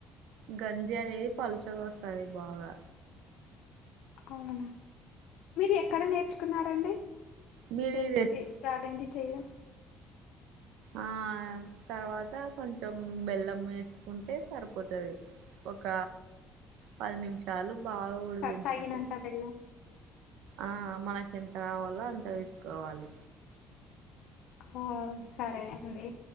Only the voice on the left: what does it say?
అవునా మీరు ఎక్కడ నేర్చుకున్నారండి
చేసుకి
రాగంజి చేయడం
సత్తాగినంత బెళ్ళం
ఓ సరే అండి